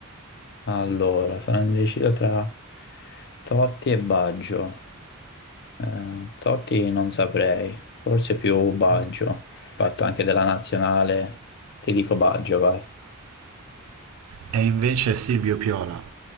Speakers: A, on the left; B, on the right.
A: Allora, sono indeciso tra Totti e Baggio. Eh, Totti non saprei, forse più Baggio. Fatto anche della nazionale, ti dico Baggio, vai.
B: E invece Silvio Piola,